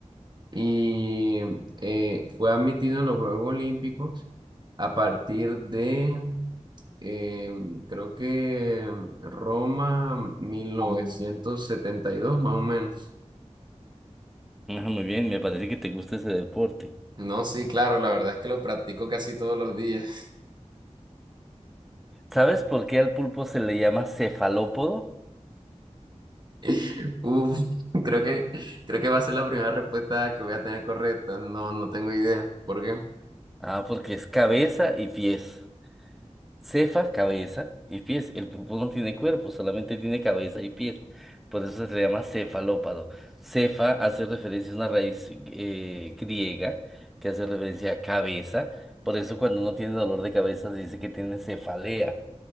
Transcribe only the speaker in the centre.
Ah, muy bien, me parece que te gusta ese deporte.
¿Sabes por qué al pulpo se le llama cefalópodo?
Ah, porque es cabeza y pies. Cefa, cabeza y pies. El pulpo no tiene cuerpo, solamente tiene cabeza y pies. Por eso se le llama cefalópado. Cefa hace referencia a una raíz eh, griega que hace referencia a cabeza. Por eso cuando uno tiene dolor de cabeza se dice que tiene cefalea.